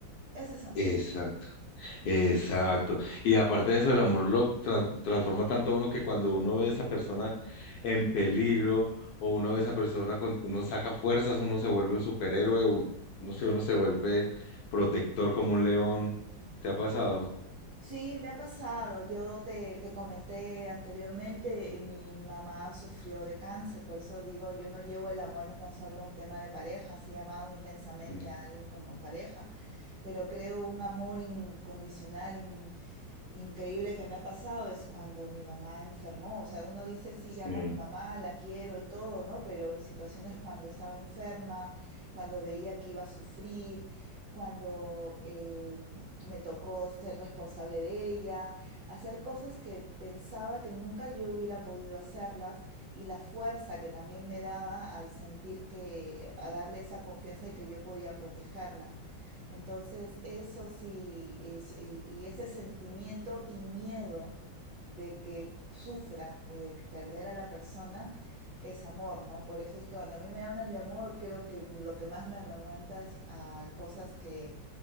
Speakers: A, on the right; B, on the left.
A: Ese es amor.
B: Exacto. Exacto. Y aparte de eso, el amor lo tran- transforma tanto a uno que cuando uno ve a esa persona en peligro o uno ve a esa persona, con, uno saca fuerzas, uno se vuelve un superhéroe, un- no sé, uno se vuelve protector como un león. ¿Te ha pasado?
A: Sí, me ha pasado. Yo te, te comenté anteriormente, eh, mi mamá sufrió de cáncer, por eso digo, yo no llevo el amor tan solo a un tema de pareja, sí he amado intensamente
B: Mm,
A: a alguien como pareja, pero creo un amor incondicional, in- increíble que me ha pasado es cuando mi mamá enfermó. O sea, uno dice, sí,
B: Sí.
A: llamo a mi mamá, la quiero y todo, ¿no? Pero en situaciones cuando estaba enferma, cuando veía que iba a sufrir, cuando... em, me tocó ser responsable de ella, hacer cosas que pensaba que nunca yo hubiera podido hacerlas y la fuerza que también me daba al sentir que, a darle esa confianza de que yo podía protegerla. Entonces, eso sí, es, y, y ese sentimiento y miedo de que sufra o de que perder a la persona, es amor, ¿no? Por eso es que cuando a mí me hablan de amor, creo que lo que más me remonta es a cosas que